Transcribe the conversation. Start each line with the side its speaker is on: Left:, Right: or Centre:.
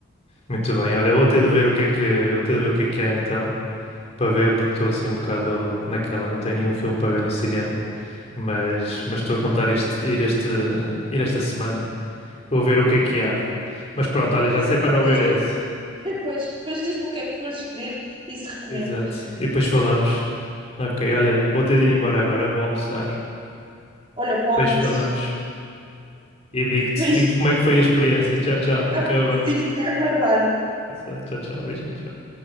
Left: muito bem. Olha, vou ter de ver o que é que, vou ter de ver o que é que há então para ver, porque estou assim um bocado naquela, não tenho nenhum filme para ver no cinema. mas mas estou a contar este, ir, este, ir esta semana. Vou ver o que é que há. Mas pronto,
Right: Depois
Left: olha, já sei
Right: então
Left: para não
Right: diz-me,
Left: ver esse.
Right: <laughs> depois, depois diz-me o que é que foste ver e se recomendas.
Left: Exato. E depois falamos. Ok, olha, vou ter de ir embora agora, vou almoçar.
Right: Olha, bom almoço.
Left: Depois falamos. E digo-te,
Right: Beijinhos.
Left: digo-te como é que foi a experiência. Tchau, tchau. Fica
Right: Ah,
Left: bem.
Right: Se ficar a guardar.
Left: Exato. Tchau, tchau. Beijinhos.